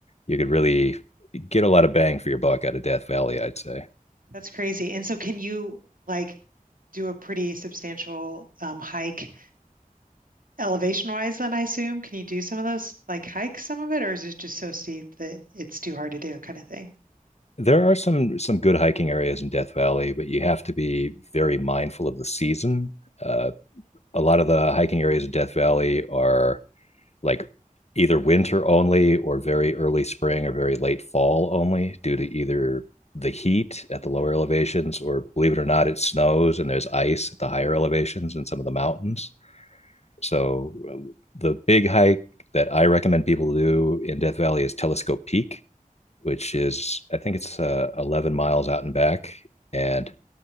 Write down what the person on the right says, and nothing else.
That's crazy. And so can you like do a pretty substantial um, hike elevation wise then I assume? Can you do some of those like hike some of it or is it just so steep that it's too hard to do kind of thing?
hmm